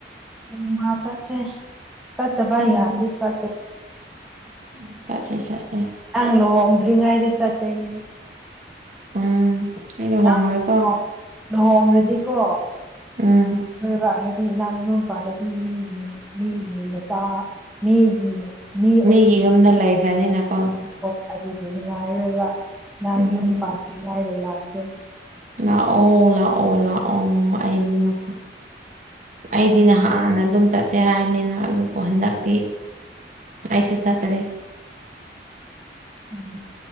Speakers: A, in the centre; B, on the right.
A: ꯎꯝ ꯍꯥ ꯆꯠꯁꯦ ꯆꯠꯇ ꯇꯥꯏ
B: ꯎꯝ
A: ꯌꯥꯇꯦ ꯆꯠꯇ
B: <unintelligible>
A: ꯅꯪ ꯂꯨꯍꯣꯡꯗ꯭ꯔꯤꯉꯩꯗ ꯆꯠꯇꯣꯏꯅꯦ꯫
B: ꯎꯝ ꯑꯩ ꯂꯨꯍꯣꯡꯉꯣꯏꯀꯣ
A: ꯅꯪ ꯂꯨꯍꯣꯡ ꯂꯨꯍꯣꯡꯔꯗꯤꯀꯣ
B: ꯎꯝ
A: ꯂꯣꯏꯔꯕ ꯍꯥꯏꯗꯤ ꯅꯡ ꯌꯨꯝꯄꯥꯜꯂꯗꯤ ꯃꯤꯒꯤ ꯃꯤꯒꯤ ꯃꯆꯥ ꯃꯤꯒꯤ ꯃꯤ
B: ꯃꯤꯒꯤ ꯌꯨꯝꯗ ꯂꯩꯈ꯭ꯔꯅꯤꯅꯀꯣ
A: ꯍ ꯑꯗꯨꯗꯤ ꯅꯨꯡꯉꯥꯏꯔꯣꯏꯕ ꯅꯪ
B: ꯎꯝ
A: ꯌꯨꯝ ꯄꯥꯟꯇ꯭ꯔꯤꯉꯩꯗ ꯂꯥꯛꯀꯦ꯫
B: ꯂꯥꯛꯑꯣ ꯂꯥꯛꯑꯣ ꯂꯥꯛꯑꯣ ꯑꯩꯗꯤ ꯅꯈꯣ ꯑꯩꯗꯤ ꯅꯍꯥꯟꯅ ꯑꯗꯨꯝ ꯆꯠꯁꯦ ꯍꯥꯏꯔꯅꯤꯅ ꯑꯗꯨꯕꯨ ꯍꯟꯗꯛꯇꯤ ꯑꯩꯁꯨ ꯆꯠꯇꯔꯦ꯫
A: ꯎꯝ